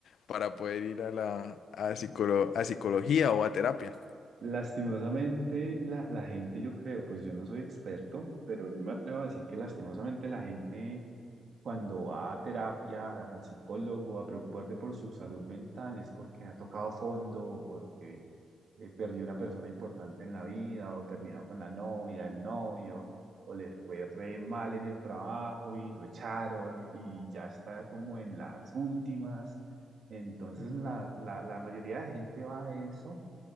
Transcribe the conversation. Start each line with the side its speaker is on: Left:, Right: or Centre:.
Left: para poder ir a la a psicolo- a psicología o a terapia.
Right: Lastimosamente, la, la gente, yo creo, pues yo no soy experto, pero yo me atrevo a decir que lastimosamente la gente cuando va a terapia, al psicólogo, a preocuparse por su salud mental, es porque ha tocado fondo, o porque eh, perdió una persona importante en la vida, o terminó con la novia, el novio, o le fue re mal en el trabajo y lo echaron y ya está como en las últimas. Entonces
Left: Ujú.
Right: la, la, la mayoría de gente va a eso